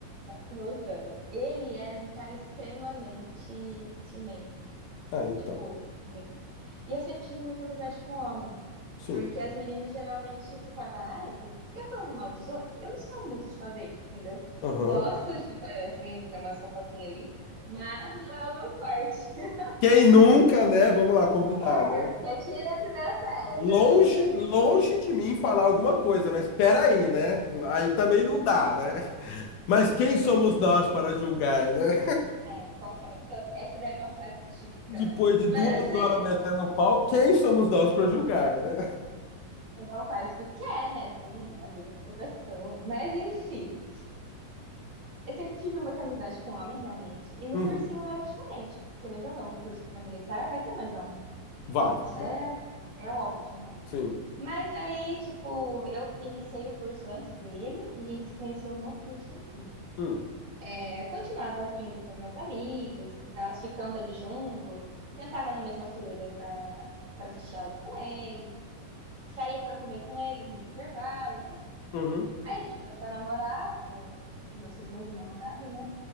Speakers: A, on the right (about 40°); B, on the left (about 75°).
A: Voltando. Ele era um cara extremamente ciumento.
B: Ah, então,
A: Tipo, muito. E eu sempre tive muita amizade com homem.
B: sim,
A: Porque as meninas geralmente ficavam, ai, por que fica falando mal dos outros? Eu não sou muito de fazer isso, entendeu?
B: aham.
A: Gosto de, assim, ter umas fofoquinhas ali, mas não é o meu forte. <laughs>
B: Quem nunca, né? Vamos lá, combinar,
A: É,
B: né?
A: que atirem a primeira pedra,
B: Longe,
A: né? Mas
B: longe
A: enfim.
B: de mim falar alguma coisa, mas peraí, né? Aí também não dá, né? Mas quem somos nós para julgar, né?
A: É, concordo. Então, Essa daí é uma frase típica,
B: Depois
A: né?
B: de duas
A: Mas assim,
B: horas metendo o pau, quem somos nós para julgar, né?
A: <laughs> então faz o que quer, né? Assim, é a vida da pessoa. Mas enfim. Eu sempre tive muita amizade com homem, realmente. E no
B: Uhum.
A: cursinho não era diferente. Querendo ou não, um curso para militar vai ter mais homens.
B: Vai,
A: Isso
B: vai.
A: é, é óbvio, né?
B: Sim.
A: Mas aí, tipo, eu iniciei o curso antes dele e a gente se conheceu no curso em si.
B: Hum.
A: É, continuava indo com os meus amigos e tal, ficando ali junto, sentava na mesma fileira da... para assistir aula com eles, saía para comer com eles nos intervalos, enfim.
B: Uhum.
A: Aí a gente começou a namorar, é, esse meu segundo namorado, né?